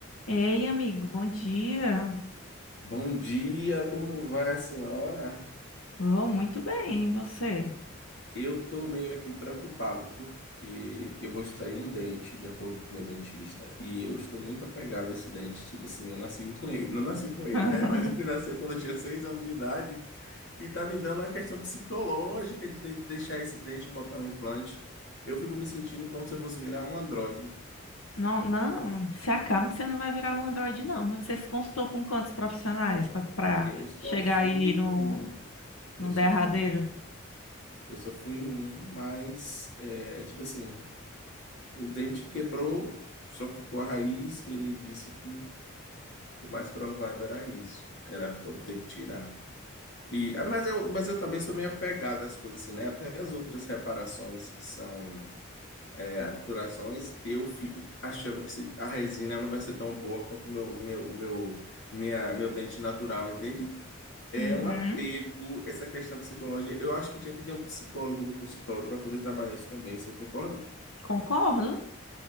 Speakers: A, on the left (about 85°); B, on the left (about 55°).
A: Ei, amigo, bom dia.
B: Bom dia, como vai a senhora?
A: Vou muito bem, e você?
B: Eu tô meio aqui preocupado porque eu vou extrair um dente, de acordo com o meu dentista, e eu estou muito apegado a esse dente. Tipo assim, eu nasci com ele, não nasci com ele,
A: <laughs>
B: né? Mas ele nasceu quando eu tinha seis anos de idade e tá me dando uma questão psicológica de ter- deixar esse dente e botar um implante. Eu fico me sentindo como se eu fosse virar um androide.
A: Não, não, se acalma que você não vai virar um androide, não. Mas você se consultou com quantos profissionais para
B: Eu só
A: chegar
B: fui
A: aí
B: em
A: no,
B: um, eu
A: num
B: só
A: derradeiro?
B: fui, eu só fui em um, mas é, tipo assim. O dente quebrou, só ficou a raiz, e ele disse que o mais provável era isso, era ter que tirar. E, ah, mas, eu, mas eu também sou meio apegado às coisas assim, né? Até as outras reparações que são é, obturações, eu fico achando que se- a resina não vai ser tão boa quanto o meu, meu, meu, minha, meu dente natural, entende? É
A: Uhum,
B: um apego, essa questão psicológica. Eu acho que tinha que ter um psicólogo no consultório para poder trabalhar isso também, você concorda?
A: concordo.